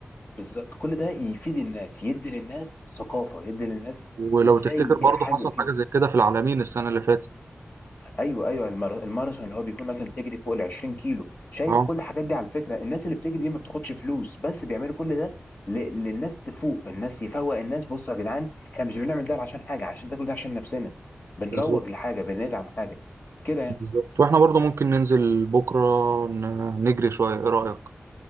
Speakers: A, on the left; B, on the right.
A: بالظبط كل ده يفيد الناس يدي للناس ثقافة يدي للناس
B: ولو
A: ازاي
B: تفتكر برضه
A: حاجة
B: حصل
A: كده
B: حاجة زي كده في العالمين السنة اللي فاتت
A: ايوه ايوه المار- الماراثون اللي هو بيكون مثلا بتجري فوق ال 20 كيلو شايف
B: اه
A: كل الحاجات دي على فكره الناس اللي بتجري دي ما بتاخدش فلوس بس بيعملوا كل ده ل- للناس تفوق الناس يفوق الناس بصوا يا جدعان احنا مش بنعمل ده عشان حاجه عشان ده كل ده عشان نفسنا بنروج
B: بالظبط
A: لحاجه بندعم حاجه كده يعني
B: بالظبط واحنا برضه ممكن ننزل بكرة ن- نجري شوية ايه رأيك؟